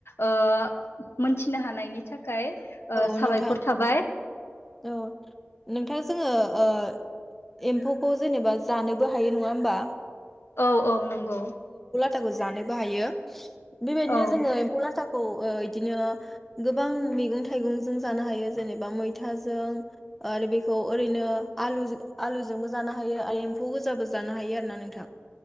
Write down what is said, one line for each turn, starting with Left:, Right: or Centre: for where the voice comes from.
Left: ओ मोन थिनो हानायनि थाखाय ओ
Centre: औ
Left: साबायखर
Centre: नोंथां
Left: थाबाय।
Centre: औ नोंथां जोङो ओ एम्फौखौ जेनेबा जानोबो हायो नङा होमबा?
Left: औ औ नंगौ।
Centre: थाखौ जानोबो हायो। बेबायदिनो
Left: औ
Centre: जोङो एम्फौ लाथा खौ ओ इदिनो गोबां मैगं थाइगं जों जानो हायो जेनेबा मै थाजों आरो बेफो औ ओरैनो आलुजों आलुजोंबो जानो हायो आरो एम्फौ गोजाबो जानो हायो आरोना नोंथां।